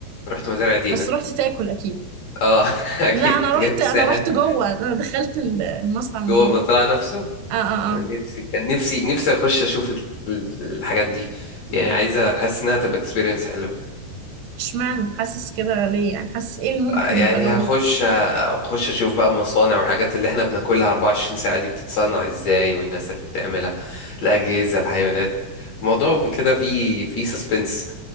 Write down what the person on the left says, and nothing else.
رحت مزارع دينا
اه <laughs> اكيد
كنت
جاي من الساحل
جوه
المزرعة نفسه
أنا
نفسي كان نفسي نفسي اخش اشوف ال- ال- الحاجات دي يعني عايزه احس انها تبقى اكسبيرينس حلوه
يعني
هخش اخش اشوف بقى المصانع والحاجات اللي احنا بناكلها 24 ساعه دي بتتصنع ازاي والناس اللي بتعملها الاجهزه الحيوانات الموضوع كده فيه فيه سسبنس